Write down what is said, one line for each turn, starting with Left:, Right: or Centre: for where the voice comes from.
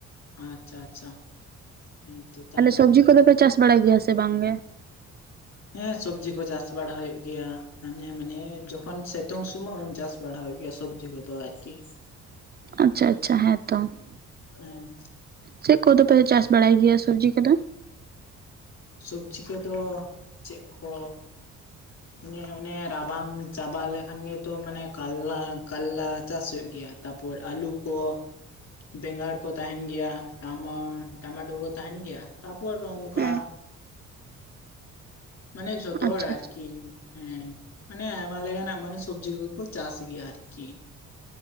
Left: ᱟᱪᱪᱷᱟ ᱟᱪᱪᱷᱟ ᱦᱮᱸᱛᱚ ᱛᱟᱦᱚᱞᱮ
Right: ᱥᱚᱵᱽᱡᱤ ᱠᱚᱫᱚ ᱯᱮ ᱪᱟᱥ ᱵᱟᱲᱟᱭ ᱜᱮᱭᱟ ᱥᱮ ᱵᱟᱝᱜᱮ?
Left: ᱦᱮᱸ ᱥᱚᱵᱡᱤ ᱠᱚ ᱪᱟᱥ ᱵᱟᱲᱟ ᱦᱩᱭᱩᱜ ᱜᱮᱭᱟ ᱦᱟᱱᱮ ᱢᱟᱱᱮ ᱡᱚᱠᱷᱚᱱ ᱥᱤᱛᱩᱝ ᱥᱩᱢᱚᱭ ᱩᱱ ᱪᱟᱥ ᱵᱟᱲᱟ ᱦᱩᱭᱩᱜ ᱜᱮᱭᱟ ᱥᱚᱵᱽᱡᱤ ᱠᱚᱫᱚ ᱟᱨᱠᱤ ᱾
Right: ᱟᱪᱪᱷᱟ ᱟᱪᱪᱷᱟ ᱦᱮᱸ ᱛᱚ ᱾
Left: ᱦᱮᱸ ᱾
Right: ᱪᱮᱫ ᱠᱚᱫᱚᱯᱮ ᱪᱟᱥ ᱵᱟᱲᱟᱭ ᱜᱮᱭᱟ ᱥᱚᱵᱡᱤ ᱠᱚᱫᱚ?
Left: ᱥᱚᱵᱡᱤ ᱠᱚᱫᱚ ᱪᱮᱫ ᱠᱚ
Right: <inaudible>
Left: ᱚᱱᱮ ᱚᱱᱮ ᱨᱟᱵᱟᱝ ᱪᱟᱵᱟ ᱞᱮᱠᱷᱟᱱ ᱜᱮᱛᱚ ᱢᱟᱱᱮ ᱠᱟᱞᱞᱟ ᱠᱟᱞᱞᱟ ᱪᱟᱥ ᱦᱩᱭᱩᱜ ᱜᱮᱭᱟ, ᱛᱟᱯᱚᱨ ᱟᱞᱩ ᱠᱚ, ᱵᱮᱸᱜᱟᱲ ᱠᱚ ᱛᱟᱦᱮᱱ ᱜᱮᱭᱟ ᱴᱟᱢᱟ ᱴᱟᱢᱟᱴᱳ ᱠᱚ ᱛᱟᱦᱮᱱ ᱜᱮᱭᱟ ᱛᱟᱯᱚᱨ ᱚᱱᱠᱟ
Right: ᱦᱮᱸ
Left: ᱢᱟᱱᱮ ᱡᱚᱛᱚ
Right: ᱟᱪᱪᱷᱟ
Left: ᱦᱚᱲ ᱟᱨᱠᱤ ᱦᱮᱸ ᱢᱟᱱᱮ ᱟᱭᱢᱟ ᱞᱮᱠᱟᱱᱟᱜ ᱢᱟᱱᱮ ᱥᱚᱵᱽᱡᱤ ᱠᱚᱠᱚ ᱪᱟᱥ ᱜᱮᱭᱟ ᱟᱨᱠᱤ ᱾